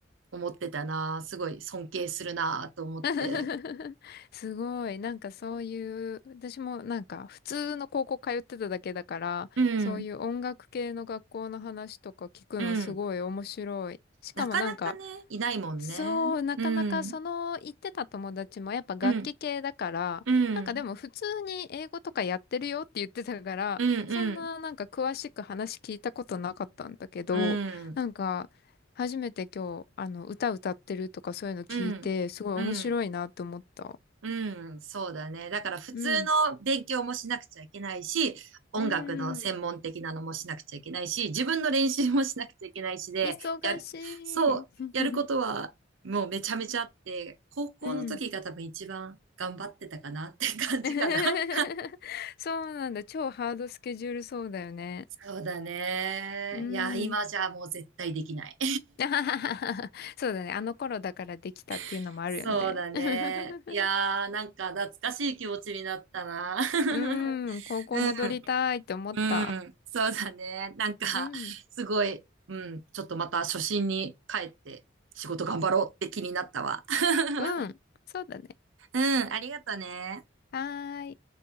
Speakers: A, on the right; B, on the left.
A: 思ってたな。すごい尊敬するなと思って。
B: <laughs> すごい。なんかそういう、私もなんか普通の高校通ってただけだから、
A: うん、
B: そういう音楽系の学校の話とか聞くのすごい面白い。
A: うん。
B: しかもなんか
A: なかなかね、いないもんね。
B: そう、なかなかその言ってた友達もやっぱ楽器系だから、
A: うん、うん、うん、
B: なんかでも普通に英語とかやってるよって言ってたから、
A: うん、
B: そんななんか詳しく話聞いたことなかったんだけど、
A: うん、うん、
B: なんか初めて今日あの歌歌ってるとかそういうの聞いて、
A: うん、
B: すごい面白いなと思った。
A: うん。うん、そうだね。だから普通の勉強もしなくちゃいけないし、
B: うん。
A: 音楽の専門的なのもしなくちゃいけないし、
B: うん。
A: 自分の練習もしなくちゃいけないしで、
B: 忙しい。
A: やる、そう、
B: <laughs>
A: やることはもうめちゃめちゃあって、高校の時が多分一番頑張ってたかなって感じかな。
B: うん。<laughs>
A: <laughs>
B: そうなんだ。超ハードスケジュールそうだよね。
A: そうだね。
B: うん。
A: いや、今じゃもう絶対できない。
B: <laughs> そうだね。あの頃だからできたっていうのもあるよね。
A: <laughs> そうだね。
B: <laughs>
A: いやー、なんか懐かしい気持ちになったな。<laughs>
B: うーん。高校戻りたいって思った。
A: うん。うん、そうだね。なんか、
B: うん。
A: すごい、うん、ちょっとまた初心に帰って仕事頑張ろうって気になったわ。<laughs>
B: うん。そうだね。
A: うん、ありがとね。
B: はーい。